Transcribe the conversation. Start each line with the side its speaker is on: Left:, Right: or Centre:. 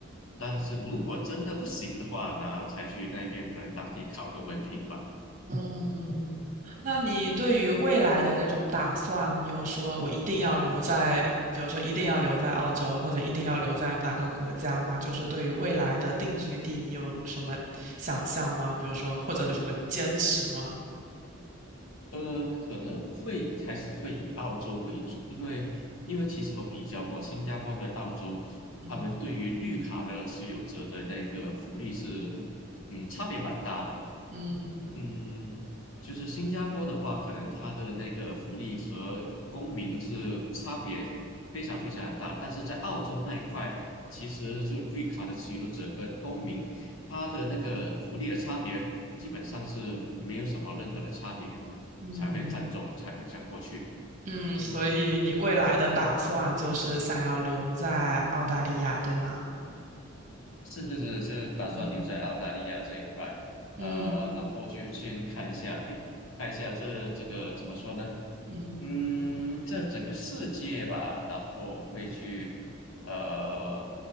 Left: 但是如果真的不行的话，然后才去那边可能当地考个文凭吧。
Right: 嗯那你对于未来的这种打算，你有说我一定要留在，比如说一定要留在澳洲，或者一定要留在哪个国家吗？就是对于未来的定居地，你有什么想象吗？比如说，或者有什么坚持吗？
Left: 呃，可能会还是会以澳洲为主，因为因为其实我比较过新加坡跟澳洲，
Right: 嗯
Left: 他们对于绿卡的持有者的那个福利是，嗯，差别蛮大的。
Right: 嗯
Left: 嗯，嗯就是新加坡的话，可能它的那个福利和公民是差别非常非常的大，但是在澳洲那一块，其实就绿卡的持有者跟公民，他的那个福利的差别基本上是没有什么任何的差别，
Right: 嗯
Left: 才会看中，才会想过去。
Right: 嗯，所以你未来的打算就是想要留在澳大利亚，
Left: 嗯，
Right: 对吗？
Left: 是是是，就打算留在澳大利亚这一块，
Right: 嗯
Left: 呃，
Right: 嗯
Left: 然后就先看一下，哎，看一下这这个怎么说呢？
Right: 嗯，
Left: 嗯，这整个世界吧，然后会去，呃，